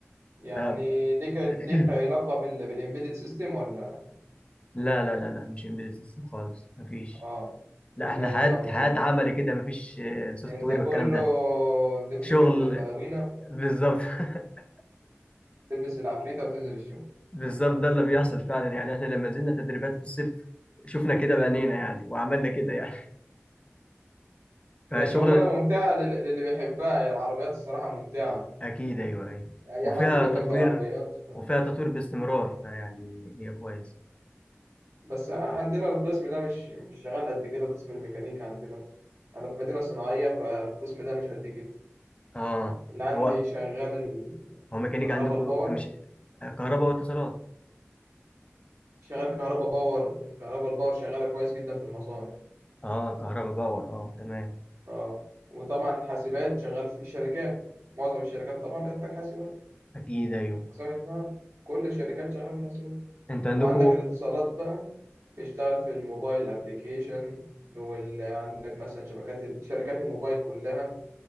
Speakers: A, on the right (about 80°); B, on the left (about 25°).
A: يعني
B: يعني
A: ليك
B: <clears throat>
A: ليك علاقة بال... بالامبيدد سيستم ولا
B: لا لا لا لا مش امبيدد سيستم خالص مفيش
A: اه
B: لا
A: ملهاش
B: احنا حياة
A: دعوة بالامبيدد
B: حياة عمل كده مفيش سوفت
A: انت
B: وير
A: كله
B: والكلام ده
A: تمسك
B: شغل
A: الملاوينة
B: بالظبط <laughs>
A: تلبس العفريتة وتنزل الشغل
B: بالظبط ده اللي بيحصل فعلا يعني احنا لما نزلنا تدريبات في الصيف شفنا كده بعينينا يعني وعملنا كده يعني <laughs> فشغلنا
A: هي شغلانة ممتعة لل- للي بيحبها هي العربيات الصراحة ممتعة
B: اكيد ايوه ايوه
A: أي
B: وفيها
A: حد بيحب
B: تطوير
A: العربيات ف...
B: وفيها تطوير باستمرار فيعني هي كويس
A: بس عندنا القسم ده مش مش شغال قد كده قسم الميكانيكا عندنا أنا في مدينة صناعية فالقسم ده مش قد كده
B: اه
A: اللي عندي
B: هو
A: شغال
B: هو ميكانيك
A: الكهرباء
B: عندكم
A: الباور
B: مش كهرباء واتصالات
A: شغال كهرباء باور الكهرباء الباور شغالة كويس جدا في المصانع
B: اه كهرباء باور اه تمام
A: اه وطبعا حاسبات شغال في الشركات معظم الشركات طبعا بتحتاج حاسبات
B: اكيد ايوه
A: اقسام اه كل الشركات شغاله بالحاسبات
B: انتوا عندكم
A: وعندك الاتصالات بقى بيشتغل في الموبايل ابلكيشن وعندك مثلا شبكات شركات الموبايل كلها